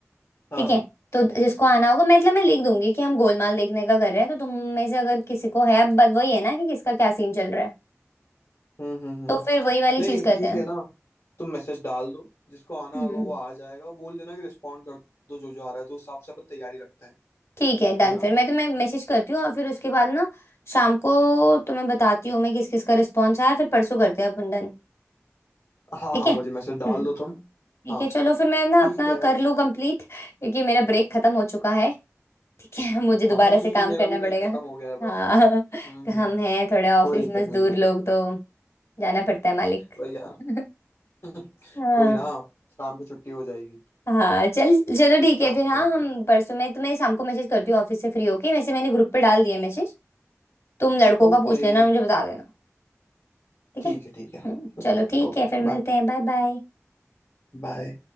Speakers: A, on the left; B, on the left.
A: हाँ
B: ठीक है तो जिसको आना होगा मैं मतलब मैं लिख दूंगी कि हम गोलमाल देखने का कर रहे हैं तो तुम में से अगर किसी को है अब बात वही है ना कि किसका क्या सीन चल रहा है
A: हम्म हम्म हम्म
B: तो फिर वही वाली
A: नहीं
B: चीज करते
A: ठीक है ना तुम मैसेज डाल दो जिसको आना
B: हैं
A: होगा वो आ जाएगा बोल देना कि रिस्पॉन्ड कर दो जो जो आ रहा है तो उस हिसाब से अपन तैयारी रखते हैं
B: ठीक है डन
A: है ना
B: फिर मैं तुम्हें मैसेज करती हूँ और फिर उसके बाद ना शाम को तुम्हें बताती हूँ मैं किस किस का रिस्पॉन्स आया फिर परसों करते हैं अपन डन
A: हाँ
B: ठीक
A: हाँ
B: है
A: मुझे मैसेज डाल
B: हम्म
A: दो तुम
B: ठीक
A: हाँ
B: है चलो फिर मैं ना
A: ठीक
B: अपना
A: है
B: कर लूँ कंप्लीट क्योंकि मेरा ब्रेक खत्म हो चुका है ठीक है <laughs> मुझे दोबारा
A: हाँ हाँ,
B: से
A: ठीक
B: काम
A: है मेरा
B: करना
A: भी ब्रेक
B: पड़ेगा
A: खत्म हो गया है बस
B: हाँ <laughs>
A: हम्म हम्म
B: हम हैं थोड़े ऑफिस
A: कोई दिक्कत
B: मजदूर
A: नहीं है
B: लोग तो जाना पड़ता है मालिक
A: भाई यार
B: <laughs>
A: <laughs>
B: हाँ
A: कोई ना शाम को छुट्टी हो जाएगी
B: हाँ चल चलो ठीक है
A: शाम
B: फिर हाँ
A: को मिलते
B: हम परसों मैं तुम्हें शाम को मैसेज करती हूँ ऑफिस से फ्री होके वैसे मैंने ग्रुप पे डाल दिया मैसेज तुम लड़कों
A: हैं। ओके
B: का पूछ लेना और मुझे बता देना ठीक
A: ठीक
B: है
A: है ठीक है
B: हम्म, चलो ठीक
A: Okay
B: है फिर मिलते
A: bye
B: हैं बाय बाय
A: बाय